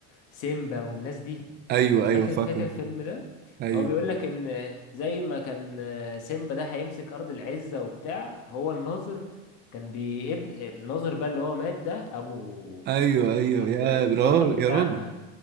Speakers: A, on the left; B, on the right.
A: وسيمبا والناس دي
B: أيوه أيوه
A: فاكر
B: فاكره
A: فاكر الفيلم ده
B: أيوه
A: هو بيقول لك ان زي ما كان سيمبا ده هيمسك ارض العزة وبتاع هو الناظر كان بيبن الناظر بقى اللي هو مات ده ابو
B: أيوه أيوه
A: ابو
B: يا
A: البطل
B: راجل
A: بتاعنا
B: يا راجل